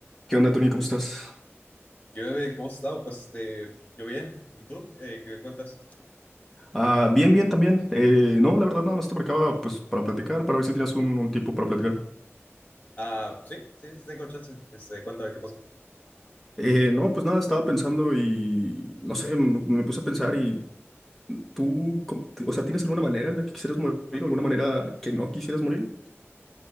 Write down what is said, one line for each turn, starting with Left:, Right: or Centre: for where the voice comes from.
Centre: ¿Qué onda, Tony? ¿Cómo estás?
Left: ¿Qué onda, ¿Cómo has estado? Pues, este, yo bien. ¿Y tú? Eh, ¿qué cuentas?
Centre: Ah, bien, bien también. Eh, no, la verdad nada más te marcaba pues para platicar, para ver si tenías un, un tiempo para platicar.
Left: Ah, sí, sí, sí, tengo chance. Este, cuéntame qué pasó.
Centre: Eh, no, pues nada, estaba pensando y no sé, m- me puse a pensar y tú, cómo- o sea, ¿tienes alguna manera en la que quisieras morir alguna manera que no quisieras morir?